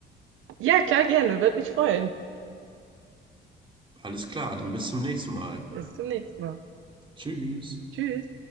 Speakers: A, on the right; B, on the right.
A: ja klar, gerne. Würde mich freuen.
B: Alles klar, dann bis zum nächsten Mal.
A: Bis zum nächsten Mal.
B: Tschüss.
A: Tschüss.